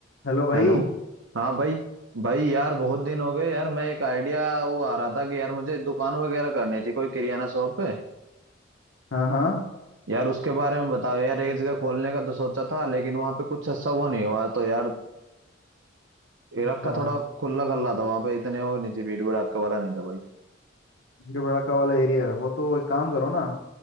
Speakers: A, on the left; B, on the right.
A: Hello भाई
B: Hello हाँ भाई भाई यार बहुत दिन हो गए यार मैं एक आइडिया वो आ रहा था कि यार मुझे दुकान वगैरह करनी थी कोई किराना शॉप पे
A: हाँ हाँ
B: यार उसके बारे में बताओ यार एक जगह खोलने का तो सोचा था लेकिन वहाँ पे कुछ अच्छा वो नहीं हुआ तो यार इलाका
A: अच्छा
B: का थोड़ा खुला खल्ला था वहाँ पे इतने वो नहीं थी भीड़ भड़ाका वाला नहीं था भाई
A: ये बड़ाका वाला एरिया रखो तो एक काम करो ना